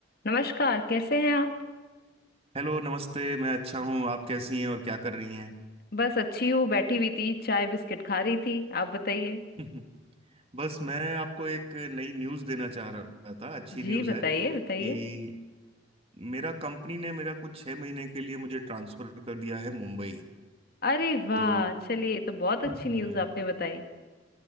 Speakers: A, on the left; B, on the right.
A: नमस्कार कैसे हैं आप
B: Hello नमस्ते मैं अच्छा हूँ आप कैसी हैं और क्या कर रही हैं
A: बस अच्छी हूँ बैठी हुई थी चाय बिस्किट खा रही थी आप बताइए
B: <laughs> बस मैं आपको एक नई न्यूज़ देना चाह रहा था अच्छी
A: जी
B: न्यूज़
A: बताइए
B: है कि
A: बताइए
B: मेरा कंपनी ने मेरा कुछ छः महीने के लिए मुझे ट्रांसफ़र कर दिया है मुंबई
A: अरे वाह
B: तो
A: चलिए ये तो बहुत अच्छी
B: <laughs> हम्म
A: न्यूज़ आपने बताई